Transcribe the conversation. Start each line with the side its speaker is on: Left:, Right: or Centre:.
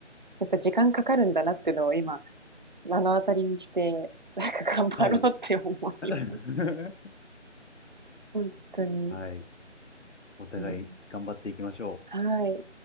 Right: やっぱ時間かかるんだなっていうのを今、目の当たりにして、なんか頑張ろうって思います。
Left: はい。<laughs>
Right: 本当に。
Left: はい。お互い頑張っていきましょう。
Right: うん、はい。